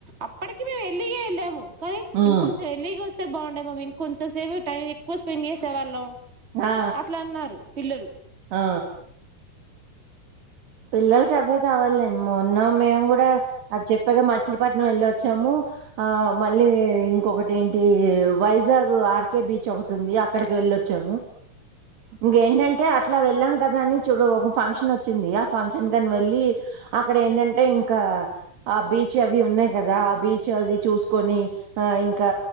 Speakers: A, on the right; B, on the right.
A: అప్పటికి మేము ఎర్లీ గే వెళ్ళాము కా
B: ఉమ్
A: ఇం కొంచం ఎర్లీ గ వస్త తే బాగుండే మమ్ ఇంకంచెం టైం ఎక్కుగ స్పెండ్ చేసేవాళ్ళం
B: ఆ
A: అట్ల అన్నారు పిల్లలు
B: ఆ పిల్లలకి అవే కావాలండి మో ఉన్నాం మేము కూడ అది చెప్పగా మచ విఖపట్నం వెళ్ళొచ్చాము ఆ మళ్ళీ ఇంకొకటి ఏంటి వైజాగ్ ఆర్కే బీచ్ ఒకటి ఉంది అక్కడికి వెళ్ళొచ్చాము ఇంకేంటంటే అట్ల వెళ్ళాం కదాని చూడు ఒక ఫంక్షన్ వచ్చిందియా ఫంక్షన్ కని వెళ్ళి అక్కడ ఏంటంటే ఇంకా ఆ బీచ్ అవి ఉన్నాయి కదా ఆ బీచ్ అది చూసుకొని ఆ ఇంకా